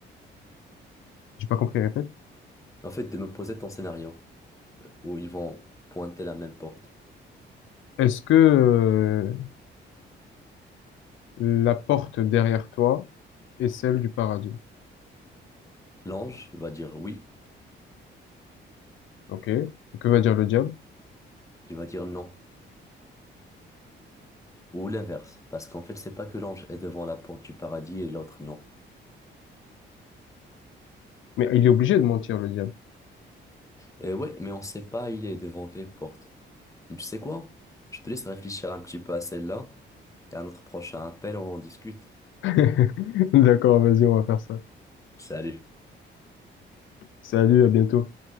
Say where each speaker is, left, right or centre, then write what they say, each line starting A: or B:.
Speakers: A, on the left; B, on the left.
A: j'ai pas compris, répète.
B: En fait, de me poser ton scénario, euh, où ils vont pointer la même porte.
A: Est-ce que euh, la porte derrière toi est celle du paradis?
B: L'ange va dire oui,
A: Ok. Et que va dire le diable?
B: il va dire non. Ou l'inverse, parce qu'en fait, c'est pas que l'ange est devant la porte du paradis et l'autre non.
A: Mais il est obligé de mentir le diable.
B: Et ouais, mais on sait pas il est devant quelle porte. Mais tu sais quoi? Je te laisse réfléchir un petit peu à celle-là et à notre prochain appel, on en discute.
A: <laughs> D'accord, vas-y, on va faire ça.
B: Salut.
A: Salut, à bientôt.